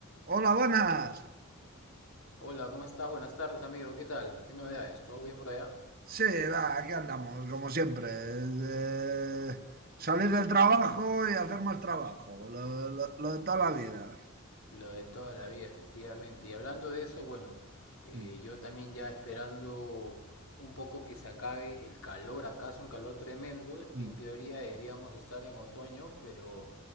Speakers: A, on the right; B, on the left.
A: Hola, buenas.
B: Hola, ¿cómo estás? Buenas tardes, amigo. ¿Qué tal? ¿Qué novedades? ¿Todo bien por allá?
A: Sí, va, aquí andamos, como siempre. de salir del trabajo y hacer más trabajo. Lo, lo- lo de toda la vida.
B: Lo de toda la vida, efectivamente. Y hablando de eso, bueno, eh,
A: Mm,
B: yo también ya esperando un poco que se acabe el calor. Acá es un calor tremendo.
A: mm.
B: En teoría deberíamos estar en otoño, pero